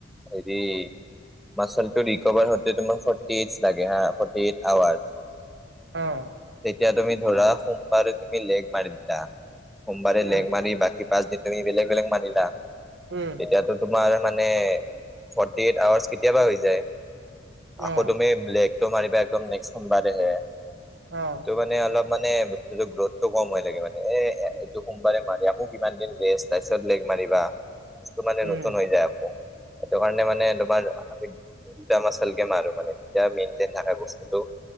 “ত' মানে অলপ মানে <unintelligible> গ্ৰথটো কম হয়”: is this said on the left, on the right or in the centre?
Centre